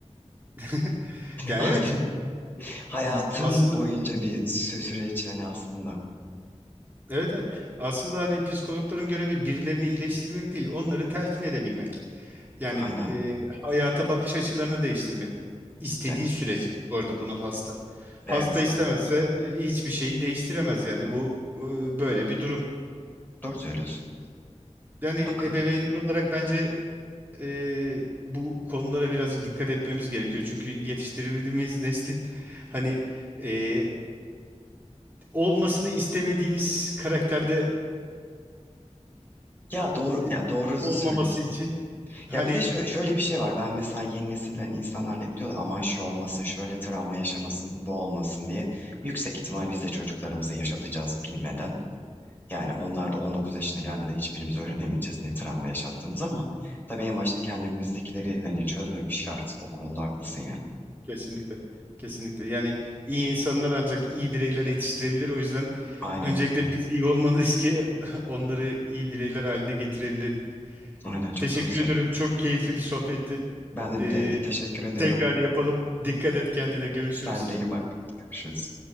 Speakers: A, on the right; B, on the left.
A: <laughs> Ya
B: Aldın.
A: evet
B: Hayatın
A: y- aslında
B: boyunca bir sü- süreç yani aslında.
A: Evet evet. Aslında hani psikologların görevi birilerini iyileştirmek değil, onları telkin edebilmek. Yani
B: Aynen.
A: e, hayata bakış açılarını değiştirmek. İstediği
B: Evet,
A: sürece bu arada bunu hasta.
B: evet
A: Hasta istemezse
B: doğ-
A: e, hiçbir şeyi değiştiremez yani bu e, böyle bir durum.
B: doğru söylüyorsun.
A: Yani
B: Bakın.
A: ebeveynler olarak bence e, bu konulara birazcık dikkat etmemiz gerekiyor. Çünkü yetiştirdiğimiz neslin hani e, olmasını istemediğimiz karakterde
B: Ya doğru
A: e,
B: ya doğru söylüyorsun.
A: olmaması için hani
B: Ya bir de şö- şöyle bir şey var. Ben mesela yeni nesilden insanlar da hep diyor aman şu olmasın, şöyle travma yaşamasın, bu olmasın diye. Yüksek ihtimal biz de çocuklarımızı yaşatacağız bilmeden. Yani onlar da 19 yaşına gelmeden hiçbirimiz öğrenemeyeceğiz ne travma yaşattığımızı ama tabii en başta kendimizdekileri hani çözmemiş şart. O konuda haklısın yani.
A: Kesinlikle. Kesinlikle. Yani iyi insanlar ancak iyi bireyler yetiştirebilir. O yüzden
B: Aynen.
A: öncelikle biz iyi olmalıyız ki <laughs> onları iyi bireyler haline getirebilelim.
B: Aynen çok
A: Teşekkür
B: doğru söylüyorsun.
A: ederim. Çok keyifli bir sohbetti.
B: Ben de,
A: Ee,
B: de teşekkür ediyorum.
A: tekrar yapalım. Dikkat et kendine. Görüşürüz.
B: Sen de iyi bak. Görüşürüz.